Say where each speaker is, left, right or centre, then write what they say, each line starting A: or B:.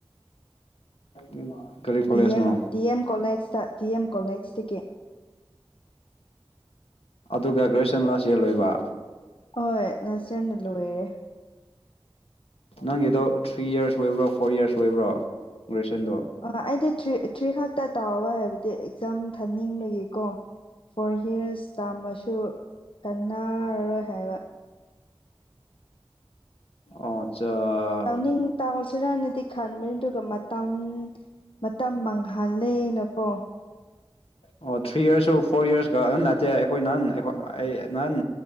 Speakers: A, on the left; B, on the left.
A: ꯎꯝ ꯀꯔꯤ ꯀꯣꯂꯦꯖꯅꯣ
B: ꯗꯤ ꯑꯦꯝ ꯗꯤ ꯑꯦꯝ ꯀꯣꯂꯦꯖꯇ ꯗꯤ ꯑꯦꯝ ꯀꯣꯂꯦꯖꯇꯒꯤ
A: ꯑꯗꯨꯒ ꯒ꯭ꯔꯦꯖꯨꯋꯦꯁꯟ ꯂꯥꯁ ꯌꯥꯔ ꯂꯣꯏꯕ
B: ꯍꯣꯏ ꯂꯥꯁꯌꯥꯔꯅ ꯂꯣꯏꯔꯦ
A: ꯅꯪꯒꯤꯗꯣ ꯊ꯭ꯔꯤ ꯌꯔꯁ ꯑꯣꯏꯕ꯭ꯔꯣ ꯐꯣꯔ ꯌꯔꯁ ꯑꯣꯏꯕ꯭ꯔꯣ ꯒ꯭ꯔꯦꯖꯨꯌꯦꯦꯁꯟꯗꯣ
B: ꯑ ꯑꯩꯗꯤ ꯊ꯭ꯔꯤ ꯊ꯭ꯔꯤ ꯈꯛꯇ ꯇꯥꯕ ꯍꯥꯏꯕꯗꯤ ꯑꯦꯛꯖꯥꯝ ꯊꯥꯅꯤꯡꯕꯒꯦꯀꯣ ꯐꯣꯔ ꯌꯥꯔꯁ ꯇꯥꯝꯕꯁꯨ ꯀꯥꯟꯅꯔꯔꯣꯏ ꯍꯥꯏꯕ
A: ꯑꯣ ꯑꯆꯥ
B: ꯇꯥꯎꯅꯤꯡ ꯇꯥꯎꯁꯤꯔꯥꯟꯅꯗꯤ ꯈꯥꯨꯕꯅꯤ ꯑꯗꯨꯒ ꯃꯇꯝ ꯃꯇꯝ ꯃꯥꯡꯍꯜꯂꯦꯅꯀꯣ
A: ꯑꯣ ꯊ꯭ꯔꯤ ꯌꯥꯔꯁꯁꯨ ꯐꯣꯔ ꯌꯥꯔꯁꯀꯥ ꯅꯠꯇꯦ ꯑꯩꯈꯣꯏ ꯅꯍꯥꯟ ꯑꯩꯈꯣꯏ ꯑꯩ ꯅꯍꯥꯟ